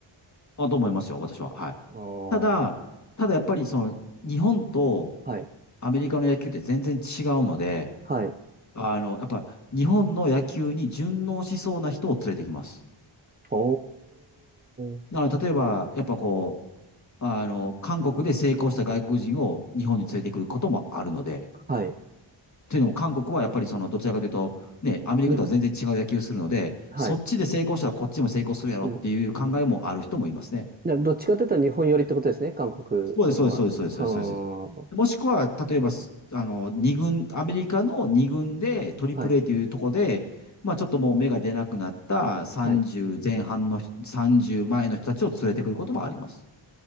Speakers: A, on the left; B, on the right.
A: あ、と思いますよ、私は。はい。
B: ああ
A: ただ、ただやっぱりその、日本と
B: はい、
A: アメリカの野球って全然違うので、
B: はい。
A: あの、やっぱ日本の野球に順応しそうな人を連れてきます。
B: おー、
A: なので、例えば、やっぱこう、あの、韓国で成功した外国人を日本に連れてくることもあるので、
B: はい。
A: というのも韓国はやっぱりその、どちらかというと、ね、アメリカとは全然違う野球するので、
B: 日本、はい。
A: そっちで成功したらこっちも成功するやろっていう考えもある人もいますね。
B: うん。だどっちかというと日本寄りってことですね、韓国の方は。
A: そうです、そうです、そうです、そうです、
B: あー、
A: そうです。そうですもしくは、例えばす、あの、二軍、アメリカの二軍で、トリプル
B: はい、
A: A というとこで、まあちょっともう目が出なくなった30前半の人、
B: はい。
A: 30前の人たちを連れてくることもあります。